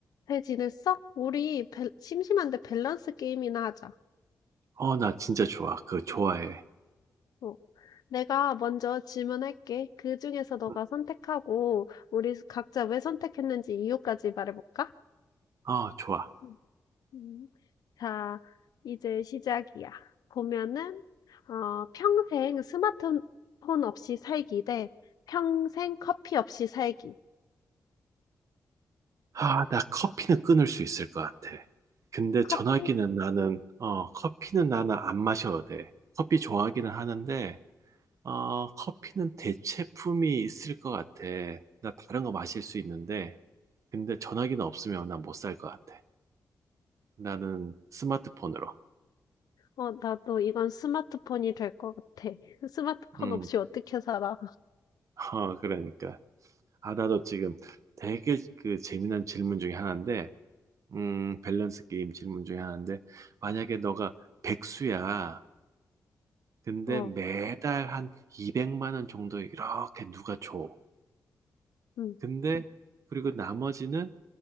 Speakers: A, on the left; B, on the right.
A: 잘 지냈어? 우리 밸- 심심한데 밸런스 게임이나 하자.
B: 어, 나 진짜 좋아. 그거 좋아해.
A: 어. 내가 먼저 질문할게. 그 중에서 너가
B: 음,
A: 선택하고 우리 각자 왜 선택했는지 이유까지 말해볼까?
B: 어 좋아.
A: 음, 음. 자, 이제 시작이야. 보면은 어, 평생 스마트폰 없이 살기 대 평생 커피 없이 살기.
B: 아, 나 커피는 끊을 수 있을 것 같아. 근데
A: 커피?
B: 전화기는 나는, 어, 커피는 나는 안 마셔도 돼. 커피 좋아하기는 하는데, 어, 커피는 대체품이 있을 것 같아. 나 다른 거 마실 수 있는데, 근데 전화기는 없으면 난 못 살 것 같아. 나는 스마트폰으로.
A: 어, 나도 이건 스마트폰이 될 것 같아. <laughs> 스마트폰
B: 음,
A: 없이 어떻게 살아?
B: 어, 그러니까. 아, 나도 지금 되게 그 재미난 질문 중에 하나인데, 음, 밸런스 게임 질문 중에 하나인데, 만약에 너가 백수야. 근데
A: 어,
B: 매달 한 200만 원 정도 이렇게 누가 줘.
A: 음,
B: 근데, 그리고 나머지는,